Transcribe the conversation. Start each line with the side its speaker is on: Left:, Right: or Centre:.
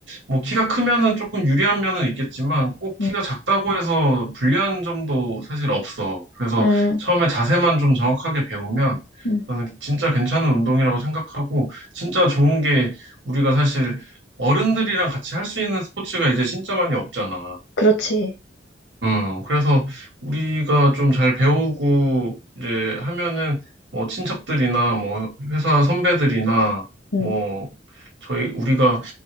Right: 뭐 키가 크면은 조금 유리한 면은 있겠지만 꼭 키가
Left: 음,
Right: 작다고 해서 불리한 점도 사실 없어. 그래서
Left: 음,
Right: 처음에 자세만 좀 정확하게 배우면
Left: 음,
Right: 나는 진짜 괜찮은 운동이라고 생각하고 진짜 좋은 게 우리가 사실 어른들이랑 같이 할 수 있는 스포츠가 이제 진짜 많이 없잖아.
Left: 그렇지.
Right: 음, 그래서 우리가 좀 잘 배우고 이제 하면은 뭐 친척들이나 뭐 회사 선배들이나
Left: 음,
Right: 뭐 저희 우리가